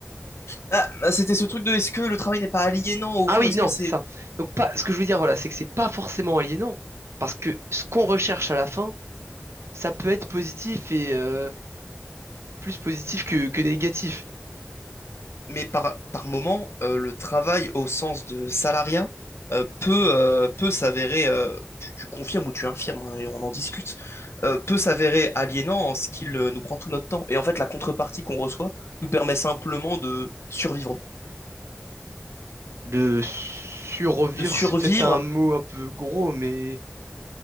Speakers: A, on the left (about 75°); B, on the right (about 80°).
A: bah, bah, c'était ce truc de est-ce que le travail n'est pas aliénant au
B: ah
A: fond?
B: oui,
A: Est-ce
B: non,
A: que c'est
B: c'est ça. Donc pas, ce que je veux dire, voilà, c'est que c'est pas forcément aliénant, parce que ce qu'on recherche à la fin, ça peut être positif et euh, plus positif que, que négatif.
A: mais par, par moment, euh, le travail au sens de salariat euh, peut, euh, peut s'avérer, euh, tu, tu confirmes ou tu infirmes, hein, et on en discute, euh, peut s'avérer aliénant en ce qu'il euh, nous prend tout notre temps. Et en fait, la contrepartie qu'on reçoit nous permet simplement de survivre.
B: De survivre,
A: De survivre,
B: c'est peut-être un mot un peu gros, mais